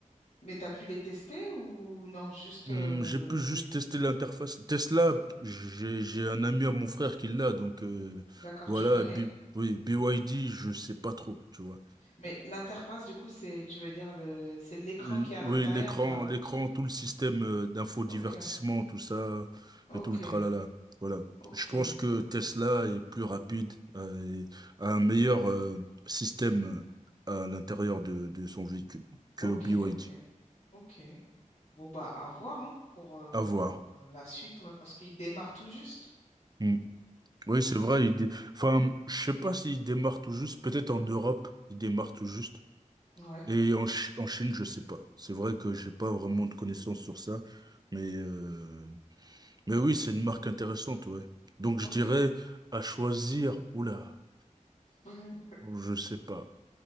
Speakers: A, on the left; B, on the right.
A: Mais t'as pu les tester ou non, juste
B: Hmm,
A: euh,
B: j'ai pu juste
A: les...
B: tester l'interface. Tesla, j'ai j'ai un ami à mon frère qui l'a, donc euh,
A: D'accord,
B: voilà,
A: tu connais?
B: B- oui, BYD, je sais pas trop, tu vois.
A: Mais l'interface, du coup, c'est, tu veux dire, le, c'est l'écran
B: L-
A: qui est à
B: oui,
A: l'intérieur
B: l'écran,
A: de la voiture.
B: l'écran, tout le système euh, d'infodivertissement,
A: Ok,
B: tout ça,
A: ok,
B: et tout le tralala. Voilà.
A: ok,
B: Je pense que
A: ok,
B: Tesla est plus rapide euh, et a un meilleur euh, système euh, à l'intérieur de, de son véhicule que
A: ok,
B: BYD.
A: ok, ok. Bon, bah, à voir, hein, pour, euh,
B: À voir.
A: pour euh, la suite, ouais, parce qu'il démarre tout juste.
B: Hmm. Oui,
A: Mm.
B: c'est vrai. Il dé- Enfin, je sais pas s'il démarre tout juste. Peut-être en Europe, il démarre tout juste.
A: Ouais,
B: Et en, Chi- en Chine, je sais pas. C'est vrai que j'ai pas vraiment de connaissances sur ça. Mais, euh, mais oui, c'est une marque intéressante, ouais. Donc,
A: ok.
B: je dirais à choisir. Oula,
A: <laughs>
B: je sais pas.